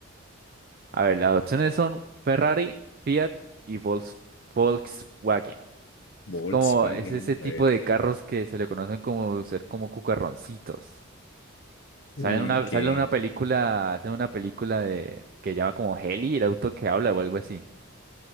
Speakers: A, on the right; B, on the left.
A: a ver, las opciones son Ferrari, Fiat y Volks- Volkswagen.
B: Volkswagen,
A: Es como, es ese
B: a
A: tipo
B: ver.
A: de carros que se le conocen como ser como cucarroncitos. Sale
B: Uy,
A: en una,
B: qué.
A: sale en una película, hacen una película de que llama como Heli, el auto que habla o algo así.